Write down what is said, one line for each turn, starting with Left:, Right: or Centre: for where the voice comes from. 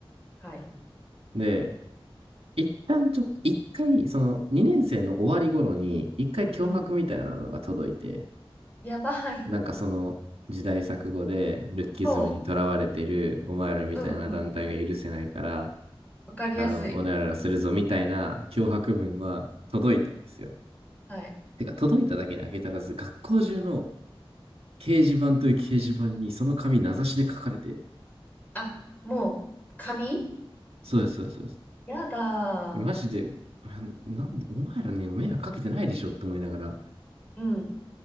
Left: はい。
Right: で一旦ちょっと一回その2年生の終わり頃に一回脅迫みたいなのが届いて
Left: うん。やばい。
Right: なんかその時代錯誤でルッキズムにとらわれてるお前らみたいな団体が許せないから
Left: そう。うんうん。わかりやすい。
Right: あのおねららするぞみたいな脅迫文は届いたんですよ。
Left: はい。
Right: てか届いただけに開けたらず学校中の掲示板という掲示板にその紙名指しで書かれて、
Left: あ、もう、紙
Right: そうです、そうです、そうです。
Left: やだ
Right: マジで、
Left: ー。
Right: <laughs> あのなんで、お前らに迷惑かけてないでしょって思いながら。
Left: うん、